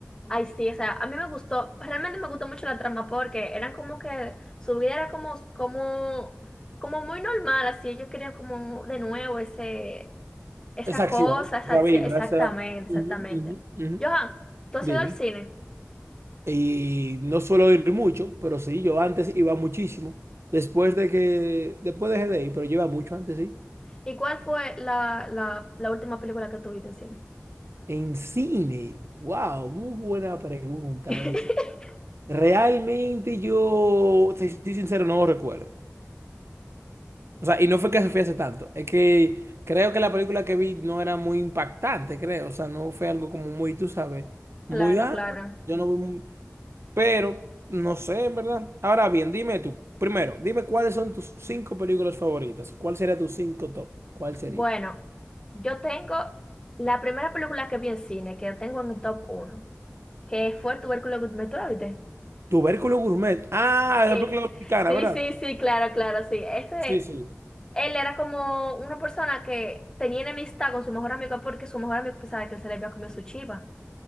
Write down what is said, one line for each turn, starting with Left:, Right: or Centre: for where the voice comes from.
Left: Ay, sí, o sea, a mí me gustó, realmente me gustó mucho la trama porque eran como que su vida era como, como, como muy normal, así ellos querían como de nuevo ese, esa
Right: Esa
Left: cosa,
Right: acción,
Left: esa
Right: esa
Left: acción,
Right: vibra,
Left: exactamente,
Right: esa... Ujú,
Left: exactamente.
Right: ujú, ujú.
Left: Johan, tú has
Right: Dime.
Left: ido al cine,
Right: Y no suelo ir mucho, pero sí, yo antes iba muchísimo. Después de que... Después dejé de ir, pero yo iba mucho antes, sí.
Left: ¿y cuál fue la, la, la última película que tuviste en cine?
Right: En cine. Wow, muy buena pregunta
Left: <laughs>
Right: esa. Realmente yo, si soy sincero, no recuerdo. O sea, y no fue que se hace tanto. Es que creo que la película que vi no era muy impactante, creo. O sea, no fue algo como muy, tú sabes, muy,
Left: Claro,
Right: ah,
Left: claro.
Right: yo no vi muy- Pero, no sé, en verdad. Ahora bien, dime tú. Primero, dime cuáles son tus cinco películas favoritas. ¿Cuál sería tus cinco top? ¿Cuál sería?
Left: Bueno, yo tengo la primera película que vi en cine, que tengo en mi top uno que fue Tubérculo Gourmet, ¿tú la viste?
Right: Tubérculo Gourmet. Ah,
Left: Sí,
Right: la película dominicana,
Left: sí,
Right: ¿verdad?
Left: sí, sí, claro, claro, sí. Ese,
Right: Sí, sí.
Left: él era como una persona que tenía enemistad con su mejor amigo porque su mejor amigo pensaba que él se le había comido su chiva.